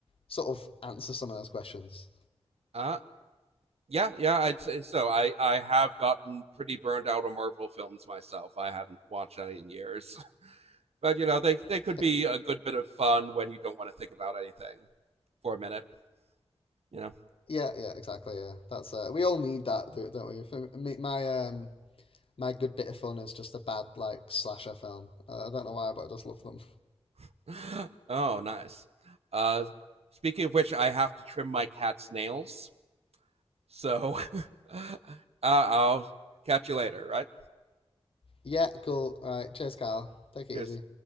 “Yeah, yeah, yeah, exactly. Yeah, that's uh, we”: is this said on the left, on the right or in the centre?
Left